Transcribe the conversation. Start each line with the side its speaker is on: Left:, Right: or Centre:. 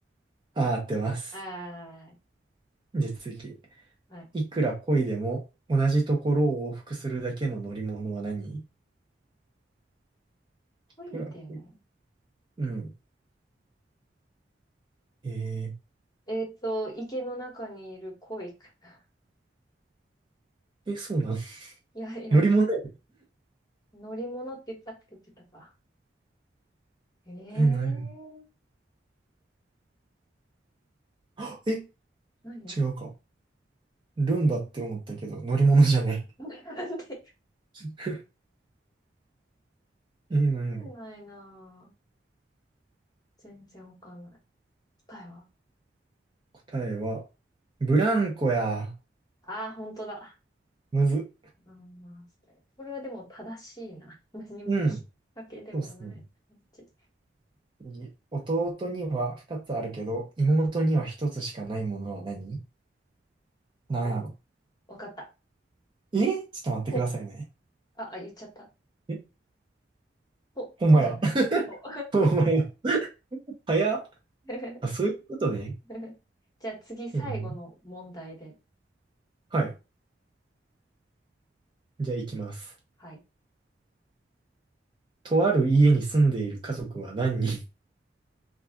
Right: ああ、合ってます。
Left: あ
Right: じゃあ次。
Left: ー、はい。
Right: いくら漕いでも同じところを往復するだけの乗り物は何い
Left: 恋でも。
Right: くら漕い、うん。え
Left: えっと、池の中にいる恋か。<laughs>
Right: ー、え、そうなん <laughs>
Left: いやいや、
Right: 乗り物や
Left: 乗り物って言ったっけ言ってたか。ええー、
Right: え、なあ、<gasps> え、
Left: 何
Right: 違うか。ルンバって思ったけど、乗り物じゃない。
Left: なんで、<laughs>
Right: <laughs> え、なやろ。
Left: わかんないなぁ全然わかんない。答えは
Right: 答えは、ブランコや。
Left: ああー、本当だ。
Right: むず。
Left: うん、これはでも正しいな。<laughs> 何も引っ
Right: うん。
Left: 掛けでもない感じ。
Right: そうっすね。次弟には2つあるけど、妹には1つしかないものは何なやろ。
Left: えーわかった。
Right: えちょっと待ってくださいね。
Left: ほ。あ、あ、言っちゃった。
Right: え、
Left: ほ、
Right: ほんまや。
Left: とじゃないの。
Right: <laughs>
Left: ほ。
Right: ほんまや。早っ。
Left: <laughs>
Right: あ、そういうことね。
Left: <laughs> じゃあ次最後の問題で。
Right: うんはい。じゃあ行きます。
Left: はい。
Right: とある家に住んでいる家族は何人